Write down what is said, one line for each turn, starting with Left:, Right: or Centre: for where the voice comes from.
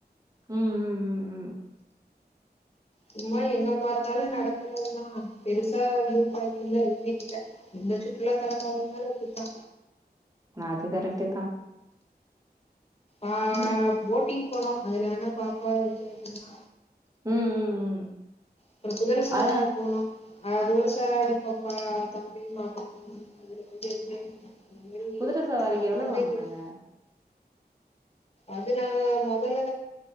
Right: ம் ம் ம் ம்
Left: சும்மா எங்க பாத்தாலு நடக்கறதா பெருசா வியூ பாயின்ட்டு எல்லா எதுமே இல்ல எந்த சுற்றுலா தலம் போனீங்னாலு அப்டித்தா
Right: அது கரெட்டு தா
Left: ஆ
Right: ம்,
Left: போட்டிங் போனோ அதுல வேனா பாப்பா எஞ்சாய் பண்ணா
Right: ம் ம் ம்
Left: அப்றொ குதிர சவாரி
Right: அதான்
Left: போனோ அது ஒரு <unintelligible> பப்பா தம்பி மாமா <unintelligible> இந்த மாரி
Right: குதிரை சவாரிக்கு
Left: நம்ம
Right: எவ்வளோ
Left: கொழந்தைகளுக்கு
Right: வாங்குனாங்க?
Left: அது நாங்க மொதல்ல